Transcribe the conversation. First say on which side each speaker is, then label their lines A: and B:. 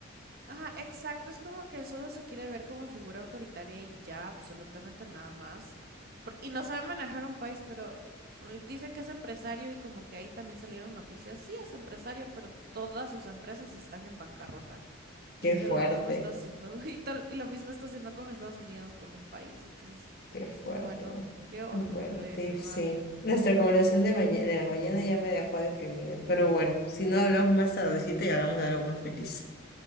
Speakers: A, on the right; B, on the left.
A: Ajá, exacto, es como que él solo se quiere ver como figura autoritaria y ya, absolutamente nada más. Por- y no sabe manejar un país, pero eh, dicen que es empresario y como que ahí también salieron noticias. Sí, es empresario, pero todas sus empresas están en bancarrota.
B: Qué
A: Y que
B: fuerte,
A: lo mismo está haciendo, <laughs> y, to- y lo mismo está haciendo con Estados Unidos, con un país. Entonces,
B: qué fuerte.
A: bueno, qué horrible
B: Bueno, Tiff,
A: ese man.
B: sí. Nuestra conversación de maña- de la mañana ya me dejó deprimida, pero bueno, si no hablamos más tardecita y hablamos de algo más feliz.